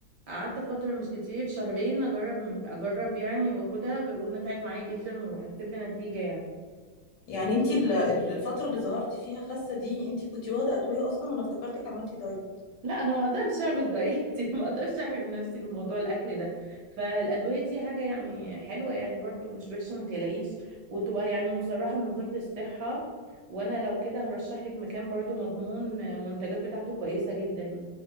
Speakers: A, on the right; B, on the left.
A: قعدت فتره مش كتير شهرين اجرب اجرب يعني واخدها ونفعت معايا جدا وحسيت بنتيجه يعني
B: يعني انت ال- ال- الفترة اللي ظهرتي فيها خاسة دي انت كنتي واخدة أدوية أصلا أنا افتكرتك عملتي دايت
A: لا انا ما اقدرش اعمل دايت <laughs> ما اقدرش احمي من نفسي من موضوع الاكل ده فالادويه دي حاجه يعني حلوه يعني برضو مش وحشه ما تقلقيش وتبقى يعني مصرحه من وزاره الصحه وانا لو كده هرشح لك مكان برضو مضمون المنتجات بتاعته كويسه جدا